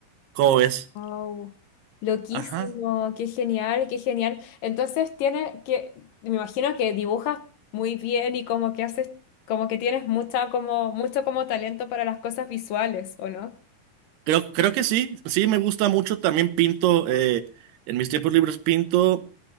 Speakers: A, on the right; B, on the left.
A: ¿Cómo ves?
B: Wow, loquísimo,
A: Ajá.
B: qué genial, qué genial. Entonces tiene que, me imagino que dibujas muy bien y como que haces, como que tienes mucha, como, mucho como talento para las cosas visuales, ¿o no?
A: Creo, creo que sí. Sí, me gusta mucho. También pinto. eh, en mis tiempos libres pinto.